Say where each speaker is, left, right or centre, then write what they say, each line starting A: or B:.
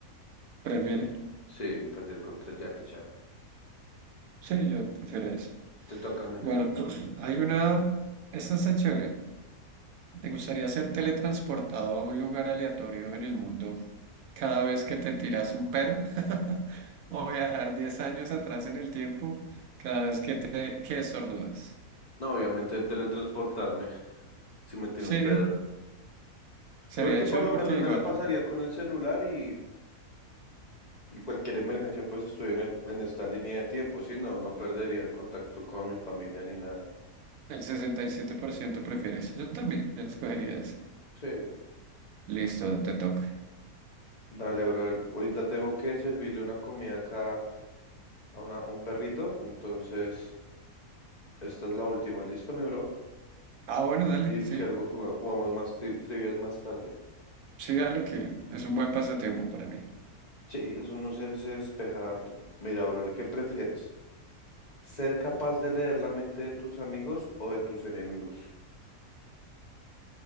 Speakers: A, on the right; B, on the left.
A: ¿Prefiere?
B: Sí, pelear contra Jackie Chan.
A: Sí, yo prefiero eso.
B: Te toca, mi
A: Bueno,
B: neo.
A: <clears throat> hay una. Esta está chévere. ¿Te gustaría ser teletransportado a un lugar aleatorio en el mundo cada vez que te tiras un pedo <laughs> o viajar 10 años atrás en el tiempo cada vez que te que estornudas.
B: No, obviamente teletransportarme si me tiene
A: Sí,
B: un pedo.
A: sería
B: Sí, porque
A: chévere
B: por lo
A: porque
B: menos me
A: igual
B: la pasaría con el celular y Y cualquier emergencia, pues estoy en el, en esta línea de tiempo, sí, no, no perdería el contacto con mi familia ni nada.
A: el 67% prefiere eso. Yo también, yo escogería ese.
B: Sí,
A: Listo, te toca.
B: dale, brother. Ahorita tengo que servirle una comida acá a, una, a un perrito, entonces esta es la última, listo, mi bro.
A: Ah, bueno, dale,
B: Y
A: sí,
B: si algo juga- jugamos más tri- trivias más tarde.
A: sí, dale, que es un buen pasatiempo para mí.
B: Sí, eso no se, se despeja harto. Mira, brother, ¿qué prefieres? ¿Ser capaz de leer la mente de tus amigos o de tus enemigos?